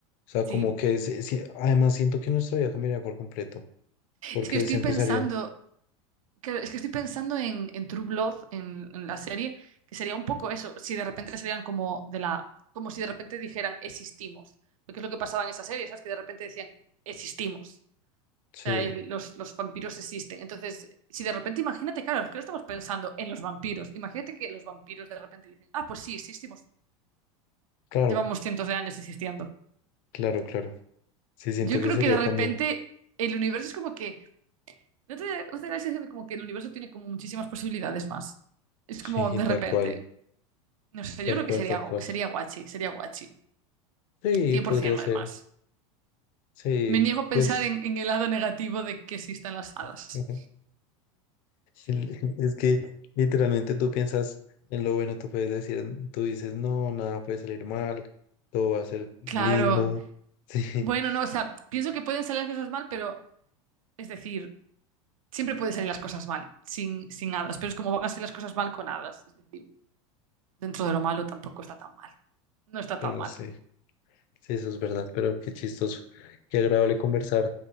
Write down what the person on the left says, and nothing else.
O sea,
como que es, es- además siento que nuestra vida cambiaría por completo,
porque
se empezarían.
Sí,
claro,
claro, claro. Sí, siento
que sería
también.
Sí,
tal
cual,
tal
cual,
tal cual.
Sí,
podría ser.
Sí,
pues.
<laughs> el- Es que literalmente tú piensas en lo bueno, tú puedes decir, tú dices, no, nada puede salir mal, todo va a ser lindo.
<laughs>
Sí, bueno,
sí. Sí, eso es verdad, pero qué chistoso. Qué agradable conversar